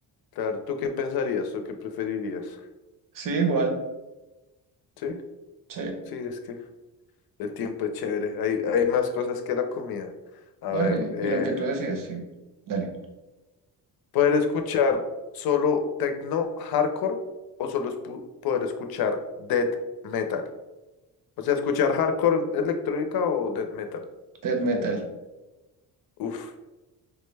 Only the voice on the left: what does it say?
Claro, ¿tú qué pensarías? ¿Tú qué preferirías?
Sí,
sí, es que el tiempo es chévere. Hay, hay más cosas que la comida. A ver,
eh,
Poder escuchar solo techno hardcore o solo espu- poder escuchar death metal. O sea, escuchar hardcore electrónica o death metal.
Uf,